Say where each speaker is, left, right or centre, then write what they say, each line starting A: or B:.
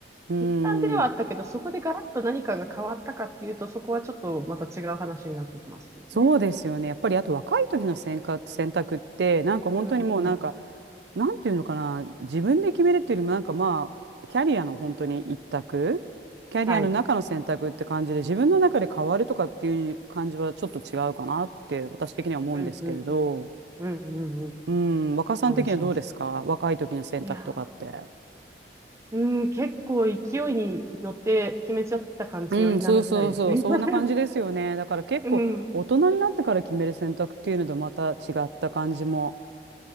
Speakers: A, on the right (about 75°); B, on the right (about 15°).
A: うん。
B: 決断ではあったけど、そこでガラッと何かが変わったかっていうと、そこはちょっとまた違う話になってきますよね。
A: そうですよね。やっぱりあと若い時の選択、選択ってなんか本当にもうなんか
B: うんうん。
A: なんていうのかな自分で決めるっていうよりもなんかまあキャリアの本当に一択キャリアの中の選択って感じで自分の中で変わるとかっていう感じはちょっと違うかなって私的には思うんですけれど、
B: はい。うんうん。うんうんうん。
A: うん、若さん的にはどうですか若い時の選択とかって。
B: 同意します。いやー。うん、結構勢いに乗って決めちゃってた感じを否めないですね。
A: うん、そうそうそう、そんな感じですよね。
B: <laughs>
A: だから結構大人になってから決める選択っていうのとまた違った感じも
B: うん、